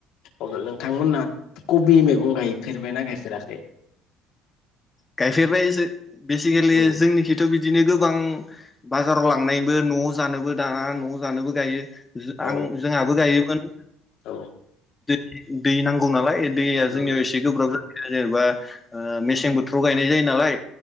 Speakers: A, on the left; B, on the left.
A: अब्ला नोंथांमोनना कबि मैगं गायफेरबायना गायफेराखै?
B: गायफेरबाय जो बेसिकेलि
A: औ
B: जोंनिखिथ बिदिनो गोबां बाजाराव लांनायबो न'आव जानोबो दाना न' जानोबो गायो।
A: औ
B: आं जोंहाबो गायो। फोन
A: औ
B: दै नांगौ नालाय दैया जोंनियाव
A: उम
B: एसे गोब्राब जायो। <unintelligible> बा ओ मेसें बोथ <unintelligible> गायनाय जायो नालाय।